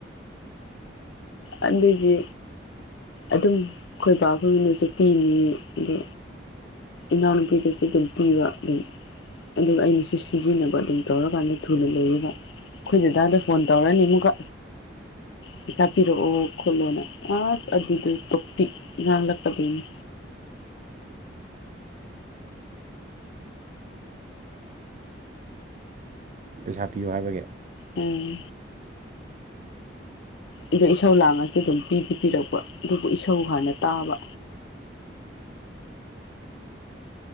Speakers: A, on the left; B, on the right.
A: ꯑꯗꯨꯗꯒꯤ ꯑꯗꯨꯝ ꯑꯩꯈꯣꯏ ꯕꯥꯈꯣꯏꯅꯁꯨ ꯄꯤꯅꯤ ꯑꯗꯣ ꯏꯅꯥꯎꯅꯨꯄꯤꯗꯁꯨ ꯑꯗꯨꯝ ꯄꯤꯕ ꯑꯗꯨꯝ <inaudible> ꯑꯗꯨꯒ ꯑꯩꯅꯁꯨ ꯁꯤꯖꯤꯟꯅꯕ ꯑꯗꯨꯝ ꯇꯧꯔꯀꯥꯟꯗ ꯊꯨꯅ ꯂꯩꯌꯦ <inaudible> ꯑꯩꯈꯣꯏ ꯗꯦꯗꯥꯗ ꯐꯣꯟ ꯇꯧꯔꯅꯤ ꯑꯃꯨꯛꯀ ꯄꯩꯁꯥ ꯄꯤꯔꯛꯑꯣ ꯈꯣꯠꯂꯣꯅ ꯑꯁ ꯑꯗꯨꯗ ꯇꯣꯄꯤꯛ ꯉꯥꯡꯂꯛꯀꯗꯣꯏꯅꯤ
B: ꯄꯩꯁꯥ ꯄꯤꯌꯣ ꯍꯥꯏꯕꯒꯤ
A: ꯑꯣꯝ ꯑꯗꯨꯣ ꯏꯁꯧ ꯂꯥꯡꯉꯁꯨ ꯑꯗꯨꯝ ꯄꯤꯗꯤ ꯄꯤꯔꯛꯄ ꯑꯗꯨꯕꯨ ꯏꯁꯧ ꯍꯥꯟꯅ ꯇꯥꯕ